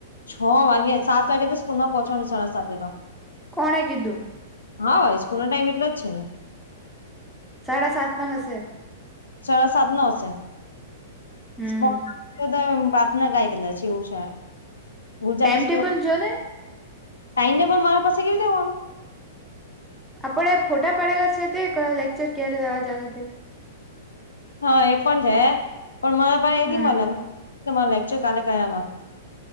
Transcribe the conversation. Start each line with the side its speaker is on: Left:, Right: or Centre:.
Left: છ વાગે! સાત વાગે તો સ્કૂલ માં પોહોંચવાનું સાડા સાતે તો
Centre: કોણે કીધું?
Left: હા વળી સ્કૂલ નો ટાઈમ એટલો જ છે ને.
Centre: સાડા સાત ના હશે
Left: સાડા સાત નો હશે,
Centre: હમ
Left: <unintelligible> નાગાય કદાચ એવું છે, ગુજરાતી
Centre: ટાઈમ
Left: સ્કુલ
Centre: ટેબલ જો ને
Left: ટાઈમ ટેબલ મારા પાસે કેવી રીતે હોવાનું?
Centre: આપડે ફોટા પડેલા છે તે, કયો લેક્ચર ક્યારે રહેવા જવાનું તે
Left: હા એ પણ છે, પણ મારા પાહે એ
Centre: હમ
Left: ની મળે, મા લેક્ચર કાલે કયા માં